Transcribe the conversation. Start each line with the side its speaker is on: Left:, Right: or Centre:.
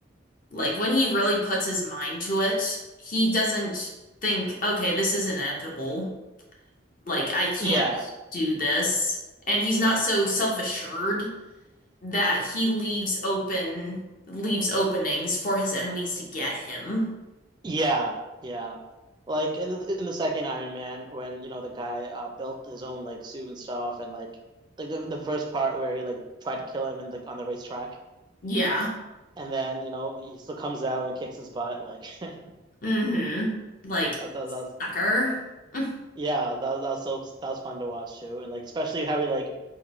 Left: like when he really puts his mind to it, he doesn't think, okay, this is inevitable. Like I can't
Right: Yeah,
Left: do this. And he's not so self-assured that he leaves open leaves openings for his enemies to get him.
Right: Yeah, yeah. Like in the in the second Iron Man, when you know the guy uh, built his own like suit and stuff, and like like the the first part where he like tried to kill him and like on the racetrack,
Left: Yeah.
Right: and then you know he still comes out and he kicks his butt. Like <laughs> that's
Left: Mm-hmm. Like,
Right: that's, that's
Left: sucker. Mm-hmm.
Right: yeah, that was, that was so that was fun to watch too, and like especially how he like